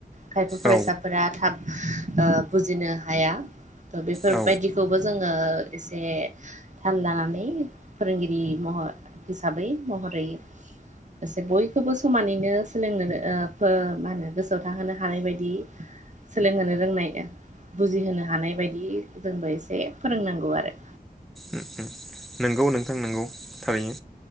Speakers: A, on the right (about 45°); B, in the centre.
A: खायफा फरायसाफोरा
B: औ
A: थाब ओ बुजिनो हाया थ' बेफोरबायदिखौबो
B: औ
A: जोङो एसे थाल लानानै फोरोंगिरि महर हिसाबै महरै एसे बयखौबो समानैनो सोलोंनो नो ओ फो मा होनो गोसोआव थाहोनो हानाय बायदि सोलोंहोनो रोंनाय बुजिहोनो हानाय बायदि जोंबो एसे फोरोंनांगौ आरो
B: उम उम नोंगौ नोंथां नोंगौ थारैनो